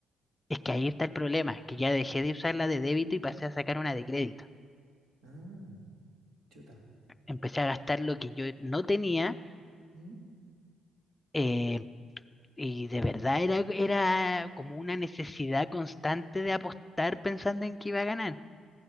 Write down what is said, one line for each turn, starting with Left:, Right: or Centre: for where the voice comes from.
Left: es que ahí está el problema, que ya dejé de usar la de débito y pasé a sacar una de crédito.
Right: Ah, chuta.
Left: Empecé a gastar lo que yo no tenía,
Right: ¿Mm?
Left: eh, y de verdad era, era como una necesidad constante de apostar pensando en que iba a ganar.